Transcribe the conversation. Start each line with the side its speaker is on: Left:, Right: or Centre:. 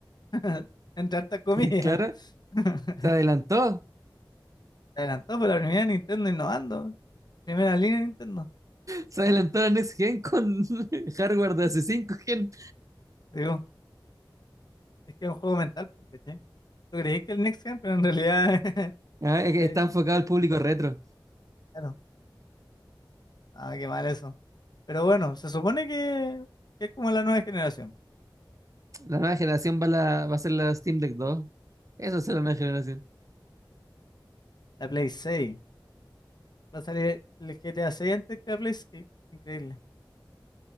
Left: <laughs> Entre hartas comillas.
Right: <laughs> Claro,
Left: <laughs>
Right: se adelantó.
Left: Se adelantó por la primera Nintendo innovando. Primera línea de Nintendo.
Right: Se adelantó la Next Gen con <laughs> hardware de hace 5 gen.
Left: Te Digo, es que es un juego mental, porque Tú creí que el Next Gen, pero en realidad. <laughs>
Right: Ah, que
Left: eh,
Right: está enfocado al público retro.
Left: claro, ah, qué mal eso. Pero bueno, se supone que, que es como la nueva generación.
Right: La nueva generación va, la, va a ser la Steam Deck dos eso será la nueva generación.
Left: La Play 6. Va a salir el G GTA 6 antes que la Play 6. Increíble.